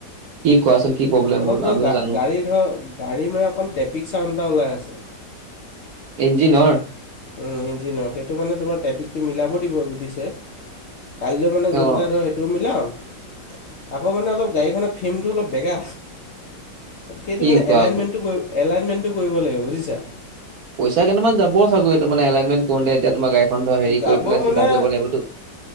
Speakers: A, on the right; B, on the left.
A: কি কোৱাচোন কি প্ৰব্লেম
B: অলপ
A: হ'ল
B: ধৰ
A: আমিও
B: গা
A: জানো?
B: গাড়ী ধৰ গাড়ী মানে অকণ ট্ৰেপিক ছাউণ্ড এটা ওলাই আছে।
A: ইঞ্জিনৰ?
B: উম ইঞ্জিনৰ। সেইটো মানে তোমাৰ ট্ৰেপিকটো মিলাব দিব দিছে। কাইলৈৰ মানে
A: অ',
B: গৈ পেলাই ধৰ সেইটোও মিলাম, আকৌ মানে অলপ গাড়ীখনৰ ফেমটো অলপ বেকা, ত' সেইটো
A: কি
B: মানে
A: কোৱা
B: এলাইনমেণ্টটো
A: আকৌ।
B: ক এলাইনমেণ্টটো কৰিব লাগিব বুজিছা।
A: পইচা কেইটামান যাব চাগৈ এইটো মানে এলাইনমেণ্ট কৰোঁতে এতিয়া তোমাৰ গাড়ীখন ধৰ হেৰী
B: যাব
A: কৰি পেলাই
B: মানে
A: চিধা কৰিব লাগিব টো।